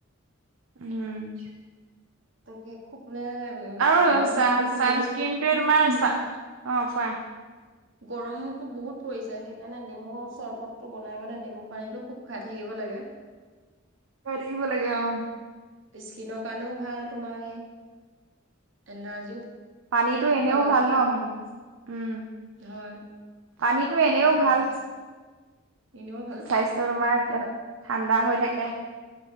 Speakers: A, on the right (about 75°); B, on the right (about 60°).
A: উম
B: তাকে খুব মানে উম
A: অ
B: গৰমত
A: চানস্ক্ৰীমটোৱে
B: নেমু
A: তোমাৰ চা অ কোৱা
B: গৰমতো বহুত পৰিছে সেইকাৰণে নেমু চৰবতটো বনাই বানাই নেমু পানীটো খুব খাই থাকিব লাগে
A: খা ই থাকিব লাগে অ
B: স্কিনৰ কাৰণেও ভাল তোমাৰ এনাৰ্জিও
A: পানীটো এনেও
B: পালা
A: ভাল ন মানে উম
B: হয়
A: পানীতটো এনেও
B: উম
A: ভাল
B: এনেও ভাল।
A: স্বাস্থ্য তোমাৰ কে ঠাণ্ডা হৈ থাকে